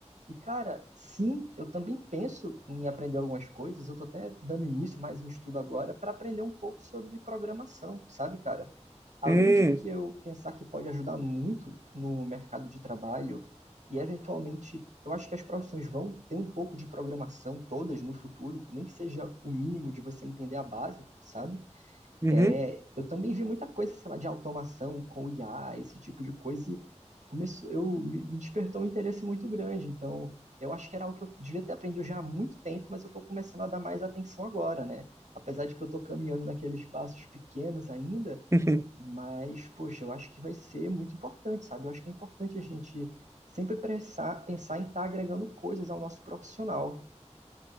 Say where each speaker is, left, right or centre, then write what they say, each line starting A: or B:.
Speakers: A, on the right; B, on the right.
A: E, cara, sim, eu também penso em aprender algumas coisas, eu tô até dando início mais em estudo agora para aprender um pouco sobre programação, sabe, cara? Além
B: Hum.
A: de que eu pensar que pode ajudar muito no mercado de trabalho e eventualmente eu acho que as profissões vão ter um pouco de programação todas no futuro, nem que seja o mínimo de você entender a base, sabe?
B: Uhum.
A: É, eu também vi muita coisa, sei lá, de automação com IA, esse tipo de coisa, e começou, eu, me me despertou um interesse muito grande. Então, eu acho que era algo que eu devia ter aprendido já há muito tempo, mas eu estou começando a dar mais atenção agora, né? Apesar de que eu estou caminhando naqueles passos pequenos ainda,
B: Uhum.
A: mas, poxa, eu acho que vai ser muito importante, sabe? Eu acho que é importante a gente sempre pensar, pensar em estar agregando coisas ao nosso profissional.